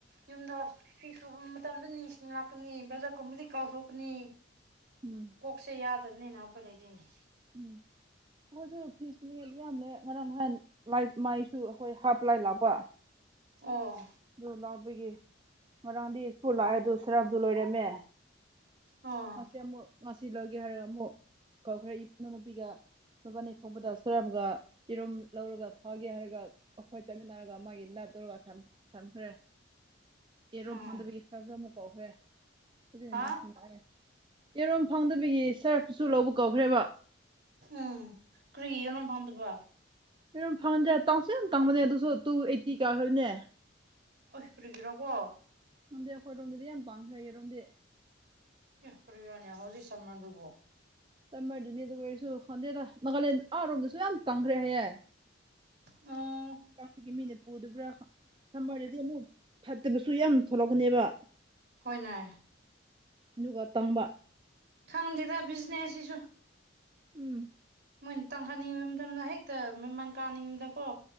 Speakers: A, on the right (about 55°); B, on the right (about 25°).
A: ꯌꯨꯝꯗ ꯐꯤ ꯁꯨꯕ ꯃꯇꯝꯗ ꯅꯤꯡꯁꯤꯡꯅ ꯂꯥꯛꯀꯅꯤ ꯕꯖꯥꯔ ꯀꯨꯝꯕꯗꯤ ꯀꯥꯎꯊꯣꯛꯀꯅꯤ
B: ꯎꯝ
A: ꯀꯣꯛꯁꯦ ꯌꯥꯗꯕꯅꯤꯅ ꯑꯩꯈꯣꯏ ꯂꯩꯗꯣꯏꯅꯦ
B: ꯎꯝ ꯀꯁꯨ ꯐꯤꯁ ꯐ ꯏꯅꯦ ꯉꯔꯥꯡ ꯅꯍꯥꯟ ꯃꯥꯏꯁꯨ ꯑꯩꯈꯣꯏ ꯍꯥꯞꯄ ꯂꯥꯏ ꯂꯥꯛꯄ
A: ꯑꯣ
B: ꯑꯗꯨ ꯂꯥꯛꯄꯒꯤ ꯃꯔꯥꯡꯗꯤꯄꯨ ꯂꯥꯛꯑꯦ ꯑꯗꯨ ꯁꯔꯞꯗꯨ ꯂꯣꯏꯔꯝꯃꯦ
A: ꯑꯣ
B: ꯁꯤ ꯑꯃꯨꯛ ꯉꯁꯤ ꯂꯧꯒꯦ ꯍꯥꯏꯔꯒ ꯑꯃꯨꯛ ꯀꯧꯈꯔꯦ ꯏꯄꯅꯨꯄꯤꯒ ꯊꯕ ꯑꯅꯤ ꯊꯣꯡꯕꯗ ꯁꯨꯔꯝꯒ ꯌꯦꯔꯨꯝ ꯂꯧꯔꯒ ꯐꯒꯦ ꯍꯥꯏꯔꯒ ꯑꯩꯈꯣꯏ ꯆꯠꯃꯤꯟꯅꯔꯒ ꯃꯥꯒꯤ ꯅꯠꯇꯨꯔꯒ ꯊꯝꯈ꯭ꯔꯦ ꯑꯦꯔꯣꯝ
A: ꯎꯝ
B: ꯐꯪꯗꯕꯒꯤ ꯏꯁꯇꯥꯥꯏꯐꯁꯨ ꯑꯃꯨꯛ ꯀꯧꯈ꯭ꯔꯦ ꯁꯤꯅ
A: ꯍꯥ
B: ꯅꯤꯡꯁꯤꯡꯂꯛꯑꯦ ꯌꯦꯔꯣꯟ ꯐꯪꯗꯕꯤꯒꯤ ꯁꯔꯐꯁꯨ ꯂꯧꯕ ꯀꯧꯈ꯭ꯔꯦꯕ
A: ꯎꯝ ꯀꯔꯤ ꯌꯅ ꯐꯪꯗꯕ
B: ꯝ ꯐꯪꯉꯟꯗ꯭ꯔꯦ ꯇꯧꯁ ꯌꯥꯝ ꯇꯥꯡꯕꯅꯦ ꯑꯗꯨꯁꯨ ꯇꯨ ꯑꯩꯠꯇꯤ ꯀꯥꯈ꯭ꯔꯕꯅꯦ
A: ꯑꯣꯏ ꯍ ꯀꯔꯤꯒꯤꯔꯣ ꯀꯣ
B: ꯔꯣꯝꯗꯤ ꯑꯩꯈꯣꯏꯔꯣꯝꯗꯗꯤ ꯌꯥꯝ ꯄꯥꯡꯈ꯭ꯔꯑꯌꯦꯔꯣꯝꯗꯤ
A: ꯏ ꯀ ꯔꯅꯤ ꯍꯧꯖꯤꯛ ꯁꯝꯅꯗꯨꯕꯨꯣ
B: ꯆꯝꯃꯔꯗꯨꯅꯤ ꯑꯗꯨ ꯑꯣꯏꯔꯁꯨ ꯈꯟꯗꯦꯗ ꯅꯥꯒꯥꯂꯦꯟ ꯑꯥꯔꯣꯝꯗꯁꯨ ꯌꯥꯝ ꯇꯪꯈ꯭ꯔꯦ ꯍꯥꯏꯌꯦꯦ
A: ꯑꯣ
B: ꯀꯥꯒꯤ ꯃꯤꯅ ꯄꯨꯗꯕ꯭ꯔꯥ ꯅꯝꯕꯔꯗꯗꯤ ꯑꯃꯨꯛ ꯐꯠꯇꯅꯁꯨ ꯌꯥꯝ ꯊꯣꯛꯂꯛꯄꯅꯦꯕ
A: ꯍꯣꯏꯅꯦ
B: ꯑꯗꯨꯒ ꯇꯝꯕ
A: ꯈꯪꯗꯦꯗ ꯕꯤꯖꯤꯅꯦꯁꯁꯤꯁꯨ
B: ꯎꯝ
A: ꯃꯣꯏꯅ ꯇꯥꯡꯍꯟꯅꯤꯡꯕ ꯃꯇꯝꯗ ꯍꯦꯛꯇ ꯃꯃꯜ ꯀꯥꯅꯤꯡꯕꯗꯀꯣ